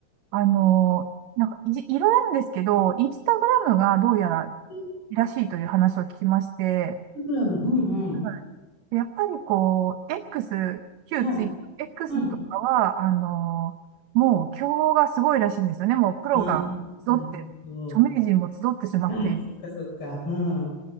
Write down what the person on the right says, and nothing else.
あの、なんかいじ、いろいろあるんですけど、インスタグラムがどうやらい
いらしいという話を聞きまして、
はいでやっぱりこう、X、旧ツイ、
X
とかは、あの、もう競合がすごいらしいんですよね。もうプロが集って、
著名人も集ってしまってい